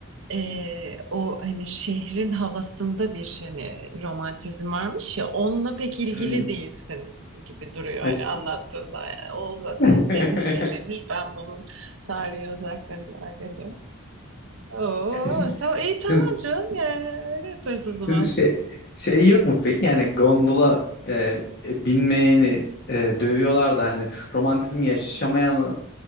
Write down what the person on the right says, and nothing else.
e, o hani şehrin havasında bir hani romantizm varmış ya onunla pek ilgili
değilsin gibi duruyor
hani
anlattığında. Yani o zaten
deniz şehriymiş. Ben bunun tarihi özelliklerini merak ediyorum. Oo,
tamam, iyi tamam
canım yani öyle yaparız o zaman.